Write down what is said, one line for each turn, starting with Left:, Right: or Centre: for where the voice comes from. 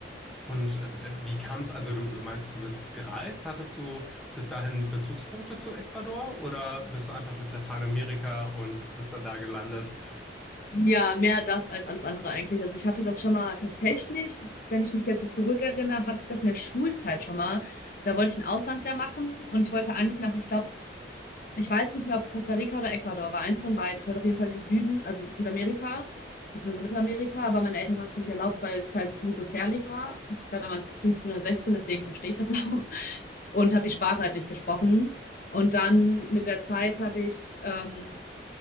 Centre: Und ähm, äh, wie kam es, also du, du meintest, du bist gereist, hattest du bis dahin Bezugspunkte zu Ecuador oder bist du einfach durch Lateinamerika und bist dann da gelandet?
Left: Ja, mehr das als ans andere eigentlich. Also ich hatte das schon mal tatsächlich, wenn ich mich jetzt so zurückerinnere, hatte ich das in der Schulzeit schon mal. Da wollte ich ein Auslandsjahr machen und ich wollte eigentlich nach, ich glaube, ich weiß nicht mehr, ob es Costa Rica oder Ecuador war, eins von beiden. Ich wollte auf jeden Fall in den Süden, also Südamerika, beziehungsweise Mittelamerika, aber meine Eltern haben es mir nicht erlaubt, weil es halt zu gefährlich war. Ich war damals 15 oder 16, deswegen verstehe ich das <laughs> auch und habe die Sprache halt nicht gesprochen. Und dann mit der Zeit habe ich ähm,